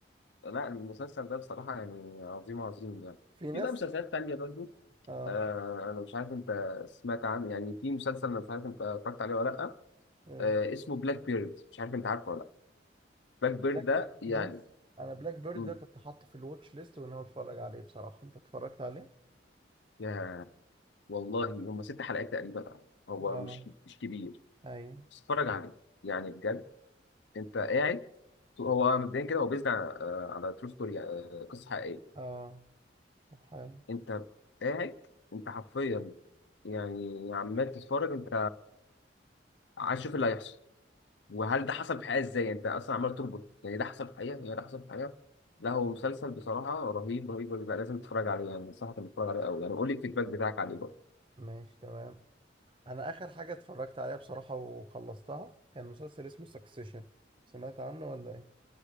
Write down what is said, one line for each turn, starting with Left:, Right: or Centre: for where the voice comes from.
Left: لا المسلسل ده بصراحه يعني عظيم عظيم يعني
Right: في ناس
Left: في بقى مسلسلات تانية برضه
Right: اه
Left: آه انا مش عارف انت سمعت عنه يعني في مسلسل انا مش عارف انت اتفرجت عليه ولا لا
Right: ايه
Left: آه اسمه بلاك بيرد مش عارف انت عارفه ولا لا باك بيرد
Right: بلاك
Left: ده يعني
Right: بص انا بلاك بيرد
Left: مم.
Right: ده كنت حاطه في الواتش ليست وان انا اتفرج عليه بصراحه انت اتفرجت عليه
Left: يا والله هم ست حلقات تقريبا هو
Right: اه
Left: مش مش كبير
Right: ايوه
Left: بس اتفرج عليه يعني بجد انت قاعد هو مبدئيا كده هو بيزد على آه، على ترو ستوري قصه حقيقيه
Right: اه طب حلو
Left: انت قاعد انت حرفيا يعني عمال تتفرج انت عايز تشوف اللي هيحصل وهل ده حصل في الحقيقه ازاي انت اصلا عمال تربط يعني ده حصل في الحقيقه يعني ده حصل في الحقيقه لا هو مسلسل بصراحه رهيب رهيب رهيب. لازم تتفرج عليه يعني انصحك انك تتفرج عليه قوي يعني قول لي الفيدباك بتاعك عليه برضه
Right: ماشي تمام انا اخر حاجه اتفرجت عليها بصراحه وخلصتها كان مسلسل اسمه سكسيشن سمعت عنه ولا ايه